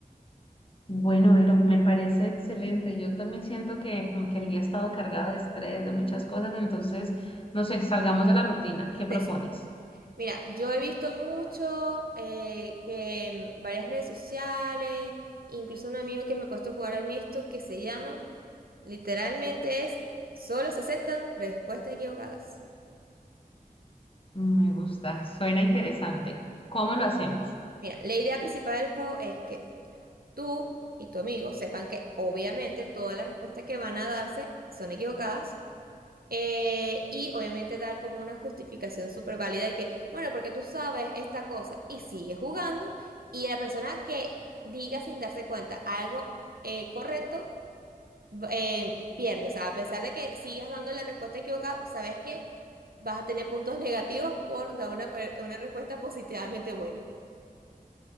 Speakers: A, on the left (about 35°); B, on the right (about 80°).
A: Bueno, Vero, me parece excelente. Yo también siento que como que el día ha estado cargado de estrés, de muchas cosas, entonces, no sé, salgamos de la rutina. ¿Qué propones?
B: Sí, sí. Mira, yo he visto mucho eh, que en varias redes sociales, incluso un amigo que me ha puesto a jugar en esto que se llama Literalmente es, solo se aceptan respuestas equivocadas.
A: Me gusta, suena interesante. ¿Cómo lo hacemos?
B: Mira, la idea principal del juego es que tú y tu amigo sepan que obviamente todas las respuestas que van a darse son equivocadas. eh, y obviamente dar como una justificación súper válida de que, bueno, porque tú sabes esta cosa y sigues jugando y la persona que diga sin darse cuenta algo eh, correcto eh, pierdes. O sea, a pesar de que sigas dando la respuesta equivocada, sabes que vas a tener puntos negativos por dar una, per- una respuesta positivamente buena.